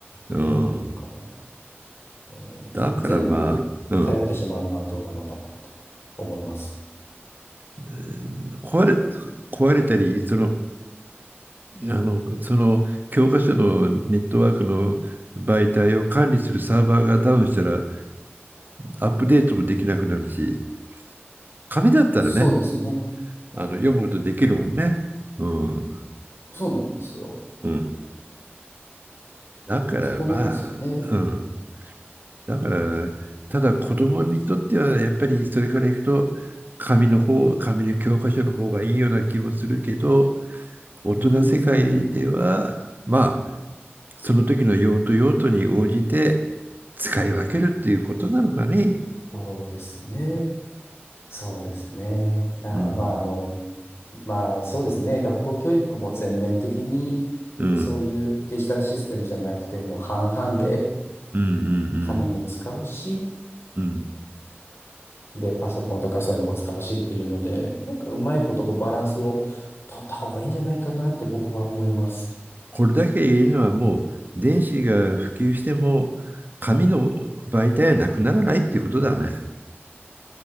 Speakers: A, on the right (about 45°); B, on the left (about 70°).
A: うん。
B: そういうのとかも、そうなんですよ。
A: だからまあ、
B: 全部頼ってしまうのはどうなのかなって思います。
A: うん。えー壊れ、壊れたり、その、あの、その教科書のネットワークの媒体を管理するサーバーがダウンしたらアップデートもできなくなるし、
B: うん
A: 紙だったらね、
B: そうですね。
A: あの読むことできるもんね。うん
B: そうなんですよ。
A: うん。だからまあ、
B: そこなんですよね。
A: うん。だから、ただ子供にとってはやっぱりそれからいくと、紙の方、紙の教科書の方がいいような気もするけど、大人世界では、
B: うーん、
A: まあ、その時の用途用途に応じて使い分けるっていうことなのかね。
B: そうですね。そうですね。だからまあ、
A: うん。
B: あの、まあそうですね、学校教育も全面的に
A: うん。
B: そういうデジタルシステムじゃなくて、もう半々で
A: うんうんうん。
B: 紙も使うし、
A: うん。
B: で、パソコンとかそういうのも使うしっていうので、なんかうまいことこうバランスを取った方がいいんじゃないかなって僕は思います。
A: これだけ言えるのはもう電子が普及しても紙の媒体はなくならないっていうことだね。